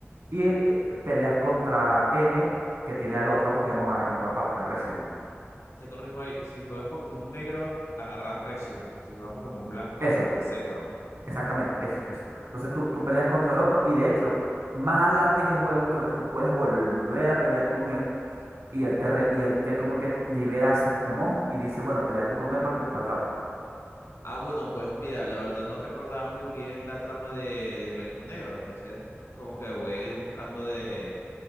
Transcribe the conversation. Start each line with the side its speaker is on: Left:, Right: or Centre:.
Right: y eh, peleas contra N que tiene al otro Pokémon, a la contraparte, a Reshiram.
Left: te corrijo ahí. Si juegas Pokémon negro, agarras Reshiram. Si juegas Pokémon blanco,
Right: Eso.
Left: a Zekrom.
Right: Exactamente, eso, eso. Entonces tú, tú peleas contra el otro y de hecho, más adelante en el juego creo que tú puedes volver a pelear con él y él te, re- y él te como que libera a su Pokémon y dice, bueno, pelea tú con él para que tú lo atrapes.
Left: Ah, bueno, pues mira, la verdad no recordaba muy bien la trama de, de blanco negro. Entonces, como que voy a ir buscando de.